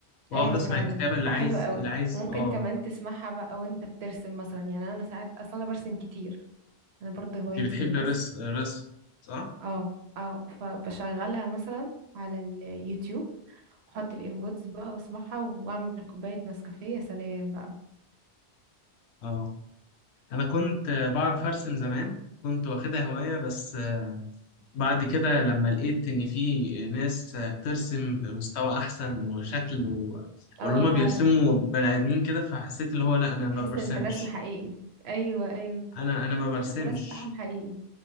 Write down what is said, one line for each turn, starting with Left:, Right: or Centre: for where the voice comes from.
Left: وأقعد
Right: ايوه
Left: أسمع
Right: فعلا
Left: الكتاب
Right: بتبقى
Left: اللي عايز
Right: حلوة قوي
Left: اللي عايز
Right: وممكن
Left: آه
Right: كمان تسمعها بقى وانت بترسم مثلا يعني انا ساعات اصلا انا برسم كتير انا برضه هوايتي
Left: أنت بتحب
Right: الرسم
Left: الرس- الرسم صح؟
Right: اه اه فبشغلها مثلا على اليوتيوب احط الايربودز بقى واسمعها واعمل كوباية نسكافيه يا سلام بقى
Left: آه انا كنت آه، بعرف ارسم زمان كنت واخدها هواية بس آه، بعد كده لما لقيت ان في ناس آه، بترسم بمستوى احسن وشكل و... واللي
Right: اه
Left: هما
Right: فعلا
Left: بيرسموا بني ادمين كده فحسيت اللي هو لا انا ما
Right: تحس
Left: برسمش
Right: ان الرسم حقيقي ايوه ايوه
Left: انا انا ما برسمش
Right: تحس ان الرسم بتاعهم حقيقي